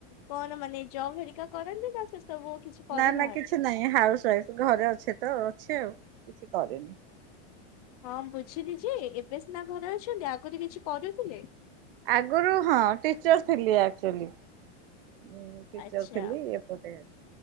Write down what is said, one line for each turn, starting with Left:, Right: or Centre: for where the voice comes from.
Left: କଣ ମାନେ ଜବ ହେରିକା କରନ୍ତି ନା ସେ ସବୁ। କିଛି କରିନାହାନ୍ତି?
Right: ନା ନା କିଛି ନାହିଁ ହାଉସ ୱାଇଫ ଘରେ ଅଛେ ତ ଅଛି ଆଉ କିଛି କରିନି।
Left: ହଁ ବୁଝିଲି ଯେ ଏବେ ସିନା ଘରେ ଅଛନ୍ତି ଆଗରୁ କିଛି କରୁଥିଲେ।
Right: ଆଗରୁ ହଁ ଟିଚର୍ ଥିଲି ଆଚୁଲି। ଉଁ ଟିଚର
Left: ଆଚ୍ଛା
Right: ଥିଲି ଏପଟେ